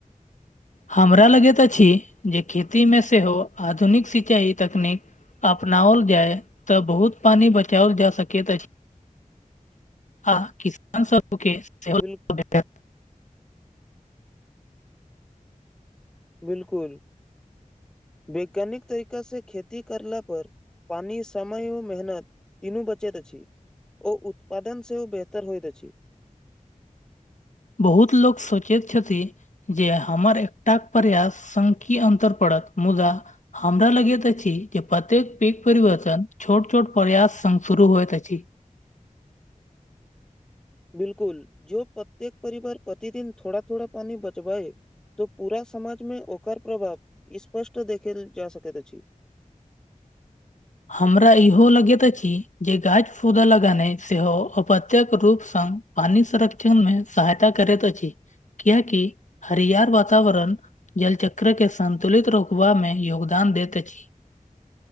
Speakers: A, on the left; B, in the centre.
A: हमरा लगैत अछि जे खेती मे सेहो आधुनिक सिंचाई तकनीक अपनाओल जाय तऽ बहुत पानी बचाओल जा सकैत अछि आ किसान सब के से
B: बिल
A: <unintelligible>
B: बिलकुल वैज्ञानिक तरीका से खेती करला पर पानि समय ओ मेहनत तीनू बचैत अछि ओ उत्पादन सेहो बेहतर होइत अछि
A: बहुत लोक सोचैत छथि जे हमर एकटााक प्रयास संग की अन्तर पड़त मुदा हमरा लगैत अछि जे प्रत्येक पैघ परिवर्तन छोट छोट प्रयास सग शुरू होइत अछि
B: बिलकुल जो प्रत्येक परिवार प्रतिदिन थोड़ा थोड़ा पानी बचबाए तऽ पूरा समाजमे ओकर प्रभाव स्पष्ट देखल जा सकैत अछि
A: हमरा इहो लगैत अछि जे गाछ पौधा लगेनाइ सेहो अपत्यक रूप संग पानी संरक्षण मे सहायता करैत अछि कियाकि हरियार वातावरण जल चक्र के संन्तुलित रोकवा में योगदान देत अछि